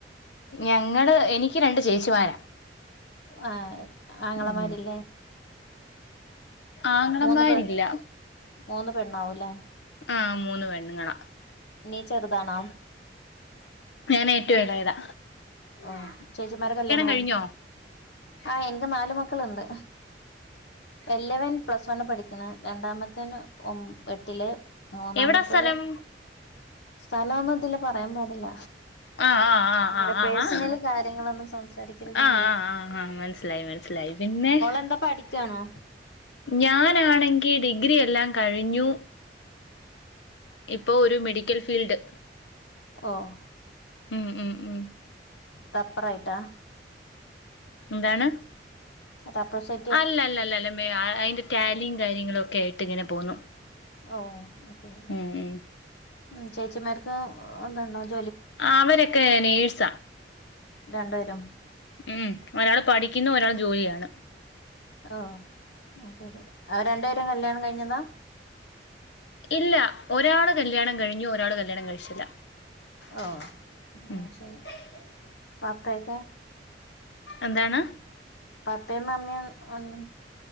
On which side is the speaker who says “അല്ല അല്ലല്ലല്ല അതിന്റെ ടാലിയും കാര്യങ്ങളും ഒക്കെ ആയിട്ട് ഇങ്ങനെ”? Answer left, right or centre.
Left